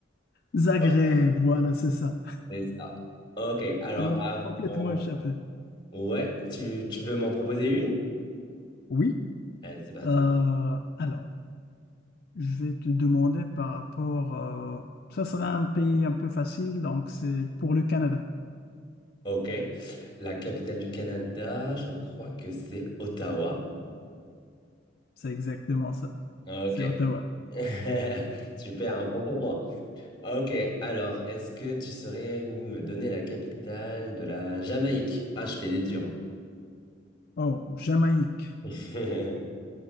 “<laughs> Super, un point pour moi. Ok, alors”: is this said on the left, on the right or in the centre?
Left